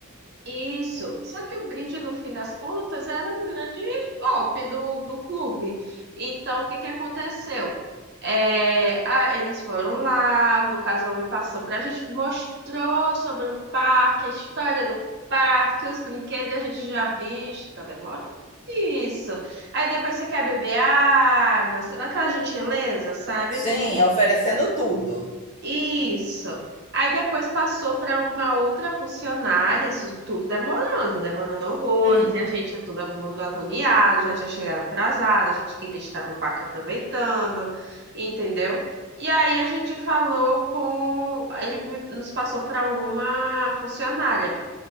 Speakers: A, on the right; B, on the left.
A: Isso, só que o brinde, no fim das contas, era um grande golpe do, do clube. Então, o que que aconteceu? É, a- eles foram lá, no caso, o homem passou para a gente, mostrou sobre o parque, a história do parque, os brinquedos a gente já visto, tá demorando. Isso. Aí depois você quer beber água, sei lá, aquela gentileza, sabe?
B: Sim, oferecendo tudo.
A: Isso. Aí depois passou para uma outra funcionária, isso tudo demorando, demorando horrores,
B: Hum,
A: e a gente já todo mundo agoniado, já tinha chegado atrasado, a gente queria estar no parque aproveitando, entendeu? E aí a gente falou com, ele me- nos passou para uma funcionária.